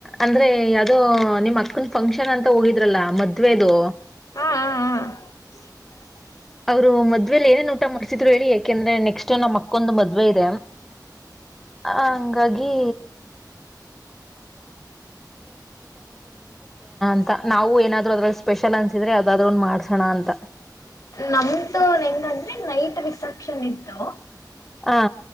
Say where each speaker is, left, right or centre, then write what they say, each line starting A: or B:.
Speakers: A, in the centre; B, on the left.
A: ಅಂದ್ರೆ ಅದು ನಿಮ್ಮ ಅನ್ ಫಂಕ್ಷನ್ ಅಂತ ಹೋಗಿದ್ರಲ್ಲಾ ಮದ್ವೆದು
B: ಹಾ ಹಾ ಹಾ
A: ರೂಮಲ್ಲಿ ಅ್ರ ಏನ ಊಟ ಮಾಡಸಿದರು ಹೇಳ ಯಾಕೆಂದ್ರೆ ನೆಕ್ಸ್ಟ್ ನಮ್ಮ ಮಕ್ಕೊಂದು ಮದ್ವೆ ಇದೆ ಆ ಹಂಗಾಗಿ ಅ ನಾವು ಏನಾದ್ರು ಅದ್ರಲ್ಲಿ ಸ್ಪೆಷಲ್ ಅನ್ಸಿದ್ರೆ ಯಾವದಾದ್ರರು ಒನ್ ಮಾಡ್ಸೋಣ ಅಂತ
B: ನಮ್ದು ನ ಹೆಂಗಂದ್ರೆ ನೈಟ್ ರಿಸೆಪ್ಷನ್ ಇಟ್ಟು
A: ಹಾ